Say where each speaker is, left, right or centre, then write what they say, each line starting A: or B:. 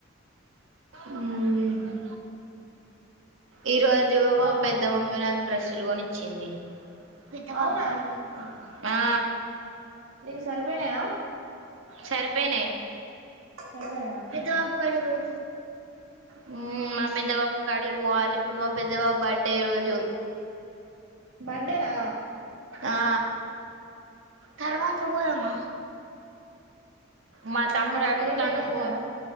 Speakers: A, on the right; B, on the right.
A: అం ఈ రోజు
B: తెలవ
A: మా పెద్ద మమ్మీ నాకు డ్రస్సులు కొని చ్చింది పెద్ద వాప్కడికి
B: అవునా
A: పోయింది ఆ
B: నీవి సరిపోయినయా
A: సరిపోయినయి
B: సరిపోయినాయా
A: ఏదొ కడి పోయి హుం మా పెద్దబాబు కాడికి పోవాలి ఇప్పుడు మా పెద్దబాబ్ బర్త్డే రోజు
B: బర్డేనా
A: ఆ తర్వాత పోదామ మా
B: రమ్మన్నారా
A: తమ్ముడు అడుగుతాండు
B: కేక్ కట్ చేస్తాండా
A: పో